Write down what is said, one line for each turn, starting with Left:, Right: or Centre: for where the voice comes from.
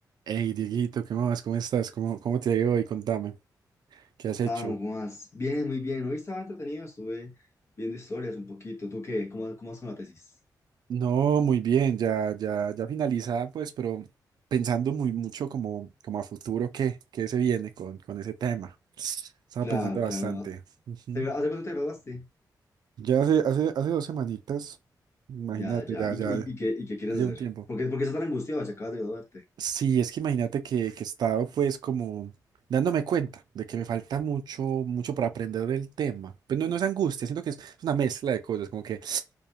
Right: Hey, Dieguito, ¿qué más? ¿Cómo estás? ¿Cómo, cómo te ha ido hoy? Contame, ¿qué has
Left: Estaban
Right: hecho?
Left: más. Bien, muy bien. Hoy estaba entretenido, estuve viendo historias un poquito. ¿Tú qué? ¿Cómo, cómo vas con la tesis?
Right: No, muy bien, ya, ya, ya finalizada, pues, pero pensando muy mucho como, como a futuro, ¿qué, qué se viene con, con ese tema? Estaba
Left: Claro,
Right: pensando bastante.
Left: claro.
Right: Ujú.
Left: ¿Te- ¿Hace cuánto te graduaste?
Right: Ya hace, hace, hace dos semanitas, imagínate,
Left: Ya, ya.
Right: ya,
Left: ¿Y,
Right: ya,
Left: qué- y, y qué, y qué quieres
Right: ya lleva
Left: hacer?
Right: un tiempo.
Left: ¿Por qué, por qué estás tan angustiado si acabas de graduarte?
Right: Sí, es que imagínate que, que he estado pues como dándome cuenta de que me falta mucho, mucho para aprender del tema. Pues no, no es angustia, siento que es una mezcla de cosas, como que